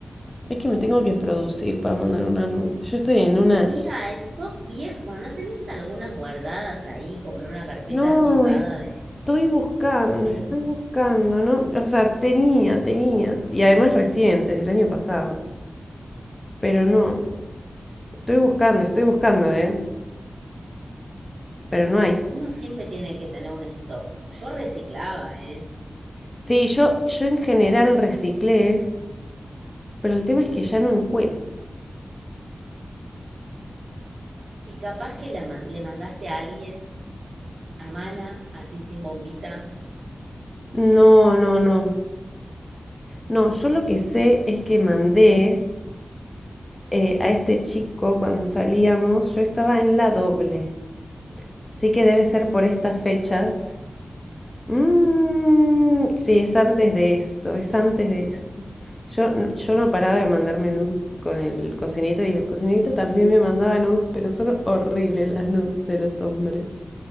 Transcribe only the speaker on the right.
Amiga, stock viejo, ¿no tenés algunas guardadas ahí como en una carpeta
archivada
de
celu?
Uno siempre tiene que tener un stock. Yo reciclaba, ¿eh?
Y capaz que la man- le mandaste a alguien, a Mana, así sin bombita.